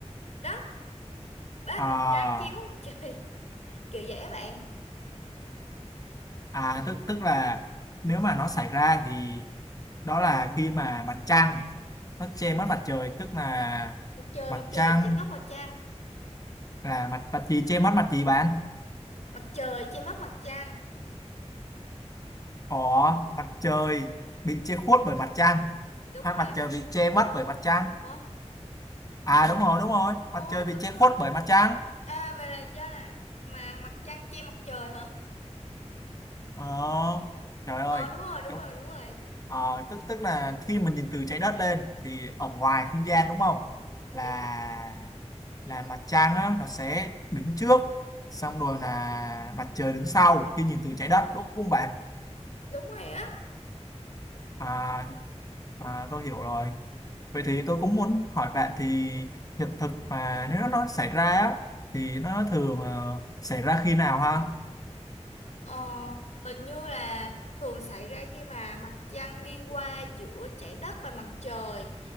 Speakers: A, on the left; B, on the left.
A: Đó, ba
B: à,
A: mặt trăng che mất mặt trời. <laughs> Kiểu vậy á bạn.
B: à tức tức là nếu mà nó xảy ra thì đó là khi mà mặt trăng nó che mất mặt trời, tức là
A: Mặt trời
B: mặt
A: mặt trời
B: trăng
A: che mất mặt trăng.
B: là mặt mặt gì che mất mặt gì bạn?
A: Mặt trời che mất mặt trăng.
B: có mặt trời bị che khuất bởi mặt trăng
A: Đúng
B: hay
A: rồi.
B: mặt trời bị che mất bởi mặt trăng
A: Ủa
B: à
A: thì
B: đúng rồi đúng rồi mặt
A: Ủa
B: trời bị
A: thì đúng
B: che khuất
A: rồi.
B: bởi mặt trăng
A: À vậy là do là mà mặt trăng che mặt trời hả?
B: ờ trời ơi
A: Ờ đúng rồi, đúng
B: đúng
A: rồi, đúng rồi.
B: Ờ, tức tức là khi mình nhìn từ trái đất lên thì ở ngoài không gian đúng không là
A: Đúng,
B: là mặt trăng á, nó sẽ đứng trước xong rồi là mặt trời đứng sau khi nhìn từ trái đất đúng không bạn
A: đúng rồi á.
B: à, à tôi hiểu rồi Vậy thì tôi cũng muốn hỏi bạn thì hiện thực mà nếu nó nó xảy ra á, thì nó thường ờ, xảy ra khi nào ha?
A: Ờ, hình như là thường xảy ra khi mà mặt trăng đi qua giữa trái đất và mặt trời